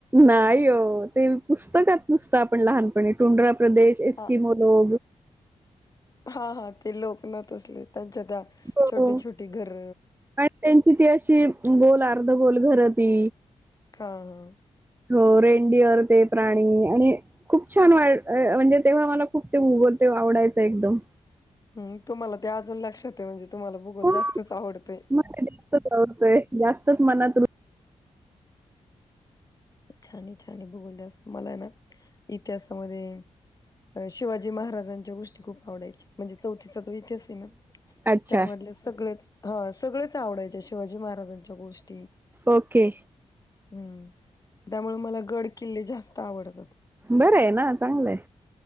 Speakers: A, on the right; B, on the left.
A: नाही ओ ते पुस्तकात नुसतं आपण लहानपणी टुंड्रा प्रदेश एस्कीमोलो
B: हा हा हा ते लोक ना तसले त्यांच्या त्या
A: हो
B: छोटी छोटी घर
A: आणि त्यांची ती अशी गोल अर्ध गोल घरं ती
B: हा हा
A: हो रेनडिअर ते प्राणी आणि खूप छान वा म्हणजे तेव्हा मला खूप ते भुगोल तेव्हा आवडायचा एकदम
B: हम्म तुम्हाला ते अजून लक्षात आहे म्हणजे तुम्हाला भूगोल
A: हो
B: जास्तच आवडतय
A: मला ते जास्तच आवडतंय जास्तच मनात
B: छानये छानये भूगोल जास्त मला ना इतिहासामध्ये शिवाजी महाराजांच्या गोष्टी खूप आवडायच्या म्हणजे चौथी चा इतिहास आहे ना
A: अच्छा
B: त्यामधले सगळेच हां सगळेच आवडायचे शिवाजी महाराजांच्या गोष्टी
A: ओके
B: हम्म त्यामुळे मला गड किल्ले जास्त आवडतात
A: बरं आहे ना चांगलंय